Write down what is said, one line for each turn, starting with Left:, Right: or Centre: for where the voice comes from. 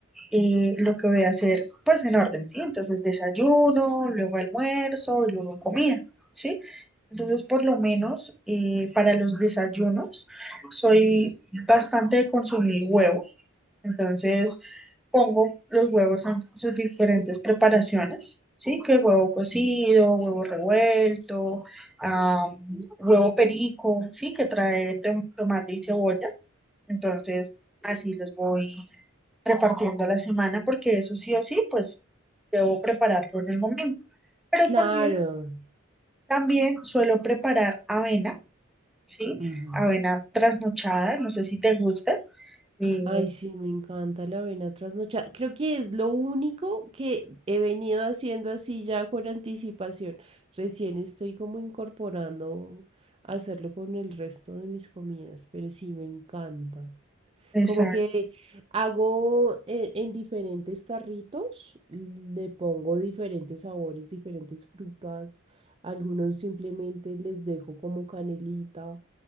Centre: eh, lo que voy a hacer pues en orden, ¿sí? Entonces desayuno, luego almuerzo y luego comida, ¿sí? Entonces por lo menos eh, para los desayunos soy bastante de consumir huevo, entonces pongo los huevos en sus diferentes preparaciones, ¿sí? Que huevo cocido, huevo revuelto, ah, huevo perico, ¿sí? Que trae tom- tomate y cebolla. Entonces, así los voy repartiendo la semana porque eso sí o sí, pues debo prepararlo en el momento. Pero
Right: Claro.
Centre: también, también suelo preparar avena, ¿sí?
Right: ujú.
Centre: Avena trasnochada, no sé si te gusta, eh,
Right: Ay, sí, me encanta la avena trasnochada. Creo que es lo único que he venido haciendo así ya con anticipación. Recién estoy como incorporando hacerlo con el resto de mis comidas, pero sí, me encanta.
Centre: esa
Right: Como que hago eh, en, diferentes tarritos, le pongo diferentes sabores, diferentes frutas. Algunos simplemente les dejo como canelita,